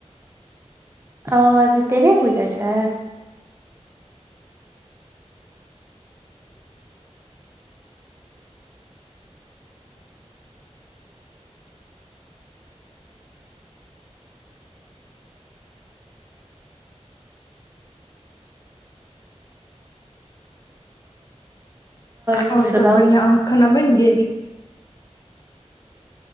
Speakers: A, on the right; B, on the left.
A: ओ अबरि तेरेह पूजा छै। सब
B: और
A: सुनाउ
B: सभ बढ़िआँ, अहाँके खाना बनि गेल?